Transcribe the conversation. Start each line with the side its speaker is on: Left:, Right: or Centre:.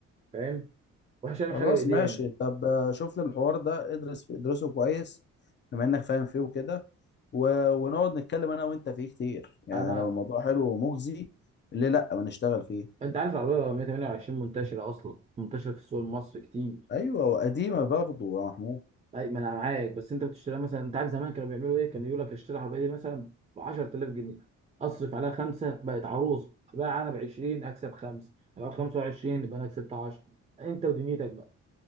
Right: فاهم واحنا مش هنعمل
Left: خلاص
Right: حاجه بايدينا
Left: ماشي طب آه، شوف لي الحوار ده ادرس فيه ادرسه كويس بما انك فاهم فيه وكده و... ونقعد نتكلم انا وانت فيه كتير يعني
Right: انا
Left: لو الموضوع حلو ومجزي ليه لا ما نشتغل فيه
Right: انت عارف العربية 128 منتشرة اصلا منتشرة في السوق المصري كتير
Left: ايوه وقديمة
Right: اه
Left: برضه يا محمود
Right: اي ما انا معاك بس انت بتشتريها مثلا انت عارف زمان كانوا بيعملوا ايه كانوا يقول لك اشتري العربية دي مثلا ب 10000 جنيه اصرف عليها خمسة بقت عروسة بقى انا ب 20 اكسب خمسة ابقى ب 25 يبقى انا كسبت 10 انت ودنيتك بقى